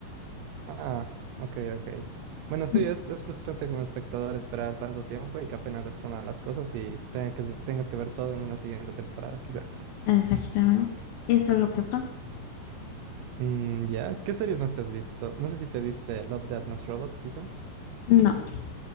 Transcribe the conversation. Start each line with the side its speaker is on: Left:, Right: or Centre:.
Right: Ah, ok, ok. Bueno, sí,
Left: mm,
Right: es, es frustrante como espectador esperar tanto tiempo y que apenas respondan las cosas y tenga que, tengas que ver todo en una siguiente temporada quizá.
Left: exactamente. Eso es lo que pasa.
Right: Mm, ya, ¿Qué series más te has visto? No sé si te viste Love, Death Más Robots quizá.
Left: No,